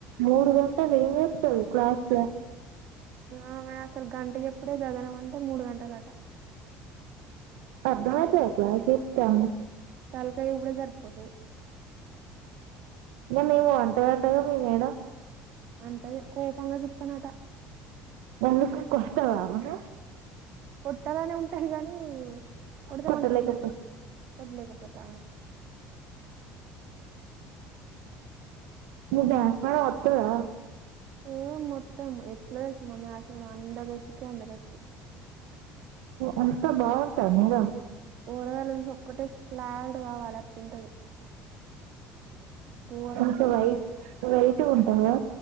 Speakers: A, on the right (about 85°); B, on the right (about 60°).
A: మూడు గంటలు ఏం చెస్తడు క్లాస్ లో
B: ఆ అసలు గంట పెళ్లి అప్పుడే గగనం అంటే మూడు గంటలు అట
A: అర్థమైతదా
B: ఉ
A: క్లాస్ చెప్తాను
B: తలకాయ కూడా సరిపోతది
A: నన్ను ఏమో అంటదంట కదా మీ మేడం
B: అంటది కోపంగా చెప్తానట
A: ఎందుకు కొడతదా మను
B: కొట్టాలనే ఉంటది కగానీ కొడితే
A: కొట్టలేకపో
B: మంచిగా ఉండదుగ కొట్టలేకపోతే
A: మీ బ్యాచ్ మేడం వస్తదా
B: ఒ మొత్త ఎట్లా మా మ్యాథ్స్ ఆమె అందగతికే అందగతే
A: అంత బాగుంటద మేడమ్
B: పోరగాళ్ళు చూసి ఒక్కటే ప్లాట్ కావాలి అట్లుంటది ఘోరం
A: అంత
B: ఉంటది
A: వైట్
B: మేడం
A: వైట్ గా ఉంటదా